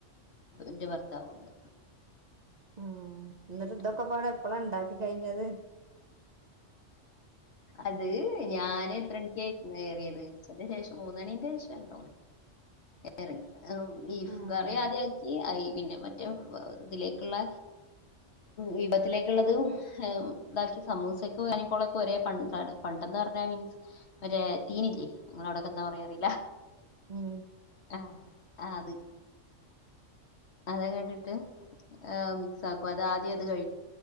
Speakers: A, on the left; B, on the right.
A: ന്റെ ഭർത്താവുണ്ട്
B: ഉം എന്നിട്ട്
A: ആയിട്ട്
B: ദൊക്കപാടം എപ്പഴാ ഉണ്ടാക്കി കഴിഞ്ഞത്
A: അത് ഞാന് എത്രണിക്കായിരുന്നു കറിയത് അന് ശേഷം മൂന്നണിന്റെ ശേഷം ഉണ്ടോ ഏറി ബീഫുകറി
B: ആഹ്
A: ആദ്യ ആക്കി പിന്നെ മറ്റേ ഇതിലേക്കുള്ള വിപത്തിലേക്കുള്ളള്ളതും ഇതാക്കി സമൂസക്കോ അണപ്പോളൊക്കെ ഒരേ പണ്ടമാണ് പണ്ടന്ന് പറഞ്ഞാൽ മീൻസ് അവര് തീനില്ലേ നിങ്ങ അവിടക്കെന്താ പറയാറിയില്ല
B: ഉം
A: ആ ആ അത് അത കേട്ടിട്ട് മിക്സ് ആക്കും അത് ആദ്യം അത് കഴിക്കും